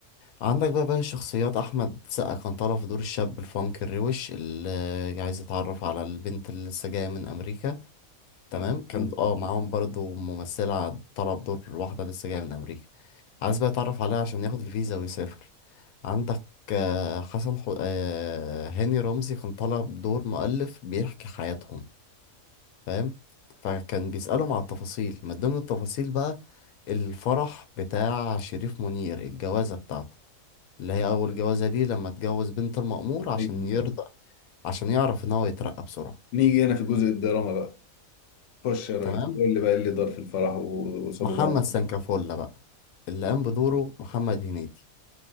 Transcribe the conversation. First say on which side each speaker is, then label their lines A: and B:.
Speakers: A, on the left; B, on the left.
A: عندك بقى بقى الشخصيات أحمد سقا كان طالع في دور الشاب الفانك الروش اللي عايز يتعرف على البنت اللي لسه جاية من أمريكا تمام
B: آه،
A: كان
B: آه.
A: اه معاهم برضو ممثلة طلب دور واحدة لسه جاية من أمريكا عايز بقى يتعرف عليها عشان ياخد الفيزا ويسافر عندك آه، حسن حو... آه، هاني رمزي كان طالب دور مؤلف بيحكي حياتهم فاهم فكان بيسألهم على التفاصيل من ضمن التفاصيل بقى الفرح بتاع شريف منير الجوازة بتاعته اللي هي أول جوازة ليه لما اتجوز بنت المأمور عشان
B: ايوه
A: يرضى عشان يعرف إن هو يترقى بسرعة
B: نيجي هنا في جزء الدراما بقى خش يا ريس
A: تمام
B: قول لي بقى إيه اللي دار في الفرح و- وسابوا
A: محمد
B: بعض
A: سانكافولا بقى اللي قام بدوره محمد هنيدي